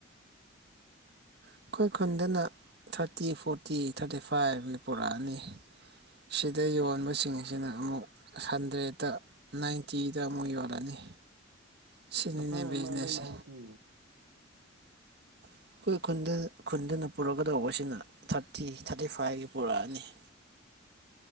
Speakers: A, on the right; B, on the right.
A: ꯑꯩꯈꯣꯏ ꯈꯨꯟꯗꯅ ꯊꯥꯔꯇꯤ ꯐꯣꯔꯇꯤ ꯊꯥꯔꯇꯤ ꯐꯥꯏꯚꯅꯤ ꯄꯨꯔꯛꯑꯅꯤ ꯁꯤꯗ ꯌꯣꯟꯕꯁꯤꯡ ꯑꯁꯤꯅ ꯑꯃꯨꯛ ꯍꯟꯗ꯭ꯔꯦꯠꯇ ꯅꯥꯏꯟꯇꯤꯗ ꯑꯃꯨꯛ ꯌꯣꯜꯂꯅꯤ ꯁꯤꯅꯤꯅꯦ
B: ꯂꯐꯝ
A: ꯕꯤꯖꯤꯅꯦꯁꯁꯦ
B: ꯑꯃꯗ ꯅꯥꯏꯟꯇꯤ
A: ꯑꯩꯈꯣꯏ ꯈꯨꯟꯗ ꯈꯨꯟꯗꯅ ꯄꯨꯔꯛꯀꯗꯧꯕꯁꯤꯅ ꯊꯥꯔꯇꯤ ꯊꯥꯔꯇꯤ ꯐꯥꯏꯚꯒꯤ ꯄꯨꯔꯛꯑꯅꯤ ꯎ